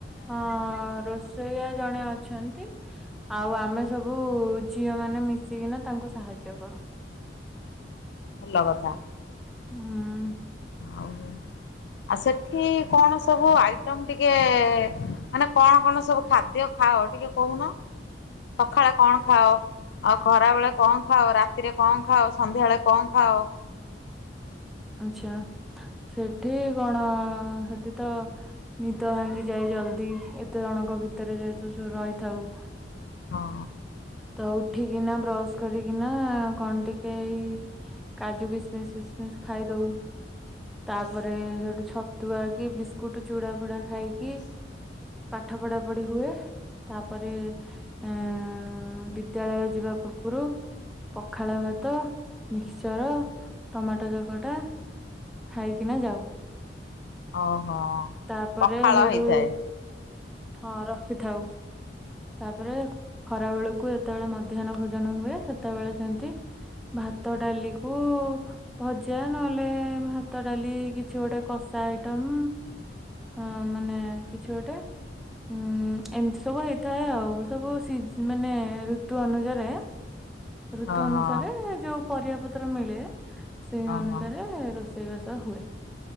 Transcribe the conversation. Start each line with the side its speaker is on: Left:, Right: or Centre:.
Centre: ହଁଅ ରୋଷେଇଆ ଜଣେ ଅଛନ୍ତି। ଆଉ ଆମେ ସବୁ ଉ ଝିଅ ମାନେ ମିଶିକିନା ତାଙ୍କୁ ସାହାଯ୍ୟ କରୁ।
Left: ଭଲ କଥା।
Centre: ହୁଁ
Left: ଆଉ ଆସେଟ୍ କି କଣ ସବୁ ଆଇଟମ ଟିକେ ଏ ମାନେ କଣ କଣ ସବୁ ଖାଦ୍ୟ ଖାଅ ଟିକେ କହୁନ। ସଖାଳେ କଣ ଖାଅ? ଆଉ ଖରା ବେଳେ କଁ ଖାଅ ରାତିରେ କଁ ଖାଅ ସନ୍ଧ୍ୟାଏଳେ କଁ ଖାଅ?
Centre: ଆଛା ସେଠି କଣ ସେଠି ତ ନିଦ ଭାଙ୍ଗି ଯାଏ ଜଲଦି। ଏତ୍ ତେ ଜଣଙ୍କ ଭିତରେ ଯେହେତୁ ସୁ ରହିଥାଉ।
Left: ହଁ।
Centre: ତ ଉଠିକିନା ବ୍ରସ କରିକିନା କଣ ଟିକେ ଏଇ କାଜୁ କିସମିସ୍ସ ଫିସ୍ମିସ୍ ଖାଇଦଉ। ତା ପରେ ଏ ସେଟୁ ଛତୁଆ କି ବିସ୍ କୁଟୁ ଚୁଡ଼ା ଫୁଡା ଖାଇକି ପାଠ ପଢା ପଢି ହୁଏ‌। ତା ପରେ ଏଁ ବିଦ୍ ବିଦ୍ୟାଳୟ ଯିବା ପୂର୍ବରୁ ପଖାଳ ଭାତ ମିକସଚର ଟମାଟୋ ଚକ୍ କଟା ଖାଇକିନା ଯାଉ।
Left: ଓହୋ
Centre: ତାପରେ
Left: ପଖାଳ
Centre: ହେଠୁ
Left: ହେଇଥାଏ?
Centre: ହଁ ରଖିଥାଉ। ତା ପରେ ଖରା ବେଳକ୍ କୁ ଯେତେବେଳେ ମଧ୍ୟା୍ହ୍ନ ଭୋଜନ ହୁଏ ସେତେବେଳେ ସେମତି ଭାତ ଡାଲିକୁ ଭଜ୍ ଦ୍ୟା ନଏଲେ ଭାତ ଡାଲି କିଛି ଗୋଟେ କଷା ଆଇଟମ୍। ଅଁ ମାନେ କିଛି ଗୋଟେ? ହୁଁ ଏମିତି ସବୁ ହେଇଥାଏ ଆଉ। ସବୁ ସିଜ୍ ମାନେ ଋତୁ ଅନୁଯାରେ ଋତୁ
Left: ଓହୋ
Centre: ଅନୁସାରେ ଯୋଉ ପରିବା ପତ୍ର ମିଳେ ସେଇ
Left: ଓହୋ
Centre: ଅନୁସାରେ ରୋଷେଇ ସେଇ ବାସ ହୁଏ।